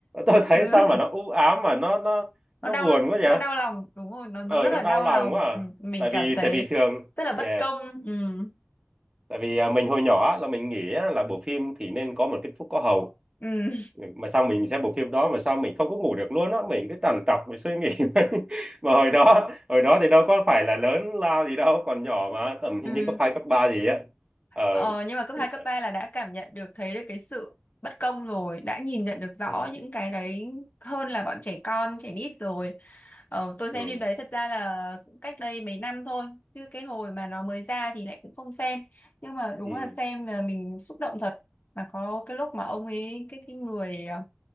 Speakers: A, on the right; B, on the left.
A: tôi thấy
B: Đúng
A: sao
B: rồi.
A: mà nó u ám mà nó nó nó
B: nó đau
A: buồn quá vậy
B: nó đau lòng đúng rồi nó nó
A: ờ
B: rất
A: nó
B: là
A: đau
B: đau
A: lòng
B: lòng
A: quá à.
B: ừ. mình
A: tại
B: cảm
A: vì
B: thấy
A: tại vì thường
B: rất là bất
A: yeah
B: công ừ.
A: tại vì à, mình hồi nhỏ á, là mình nghĩ á, là bộ phim thì nên có một kết thúc có hậu
B: Ừ.
A: Ừ, mà sao mình xem bộ phim đó mà sao mình không có ngủ được luôn á mình cứ trằn trọc mình suy nghĩ <laughs> mà hồi đó hồi đó thì đâu có phải là lớn lao gì đâu còn nhỏ mà tầm hình
B: Ừ.
A: như cấp hai cấp ba gì á ờ
B: Ờ, nhưng mà cấp
A: cái
B: 2
A: sợ-
B: cấp 3 là đã cảm nhận được thấy được cái sự bất công rồi, đã nhìn nhận được rõ
A: ừ
B: những cái đấy hơn là bọn trẻ con, trẻ nít rồi. Ờ, tôi
A: ừ
B: xem phim đấy thật ra là cũng cách đây mấy năm thôi, chứ cái hồi mà nó mới ra thì lại cũng không xem. Nhưng mà đúng
A: ừ
B: là xem là mình xúc động thật. Mà có cái lúc mà ông ấy cái cái người ờ,